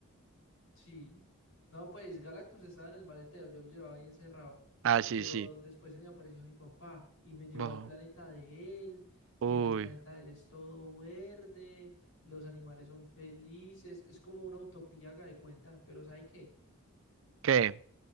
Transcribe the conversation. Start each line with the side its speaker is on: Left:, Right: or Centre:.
Left: sí. No, pues Galactus estaba en el maletero, yo lo llevaba ahí encerrado.
Right: Ah, sí,
Left: Pero
Right: sí.
Left: después se me apareció mi papá y me llevó
Right: Bo-
Left: al planeta de él
Right: Uy.
Left: y en el planeta de él es todo verde, los animales son felices, es como una utopía, haga de cuenta, pero ¿sabe qué?
Right: ¿Qué?